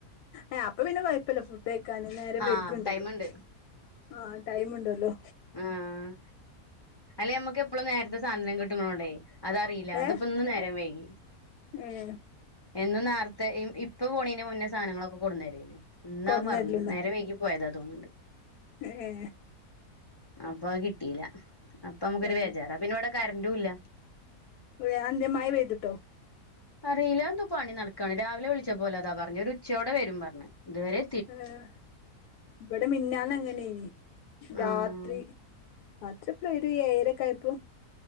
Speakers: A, on the left (about 85°); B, on the left (about 35°).
A: ഏഹ് അപ്പൊ പിന്നെ കൊയ്പ്പല്ല ഫുഡ് കയ്ക്കാൻ നേരം
B: ആഹ്
A: വൈഗുണ്ടല്ലോ
B: ടൈമ്ണ്ട്
A: ആ ടൈമുണ്ടല്ലോ
B: ആഹ് അല്ലെ ഞമ്മക്ക് എപ്പളും നേരത്തെ സാധനം കി ട്ടുണോണ്ടെയ് അതറില്ല
A: ഏ
B: ഇതിപ്പോ ഇന്ന്നേരം വൈകി
A: ഏ
B: എന്നും നേറത്തെ ഇ ഇപ്പ പോണീന്റെ മുന്നേ സാധനങ്ങളൊക്കെ കൊട്ന്നേരൂയ്ന്ന് ഇന്നദ്
A: കൊടന്നരലുണ്ടോ
B: മറന്ന് നേരം വൈകി പോയത തോന്നുണ്ട്
A: ഏ ഏ
B: അപ്പൊ അത് കിട്ടില അപ്പൊ നമുക്കൊരു
A: തന്നെ
B: വേജാറ പിന്ന ഇവടെ കറന്റുംല്ല
A: ഏ അതെന്തേ മയ പെയ്തിട്ടോ
B: അറീല എന്തോ പണി നടക്കണ് രാവിലെ വിളിച്ചപോലെഅതാ പറഞ് ഒരു ഉച്ചയോടെ വരും പറഞ്ഞു ഇത് വരെ
A: ആഹ് ഇബടെ മിഞാന്നങ്ങനെന്ന് രാത്രി
B: ആഹ്
A: അച്ഛപ്ളേര് ഏഴെരക്കായപ്പൊ